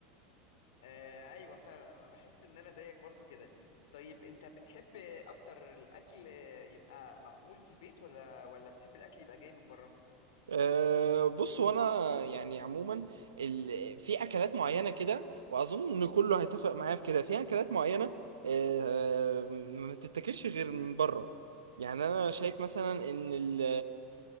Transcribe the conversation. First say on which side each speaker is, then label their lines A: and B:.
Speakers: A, on the left; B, on the right.
A: آه ايوه فعلا انا بحس ان انا زيك برضو كده طيب انت بتحب اكتر الاكل يبقى معمول في البيت ولا ولا بتحب الاكل يبقى جاي من بره
B: أه بص هو انا يعني عموما ال... في اكلات معينه كده واظن ان كله هيتفق معايا في كده في اكلات معينه أه ما تتاكلش غير من بره يعني انا شايف مثلا ان ال...